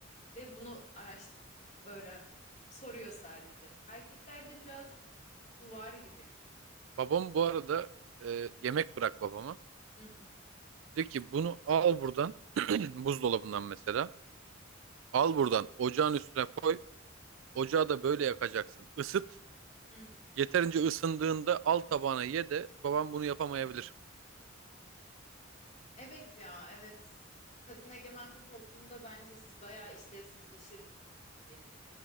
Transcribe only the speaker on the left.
ve bunu araştırmıyor öğrenmiyor soruyor sadece erkeklerde biraz bu var gibi.
Hı hı,
hı hı.
Evet ya evet kadın egemen bir toplumda bence siz bayağı işlevsizleşirdiniz gibi geliyor.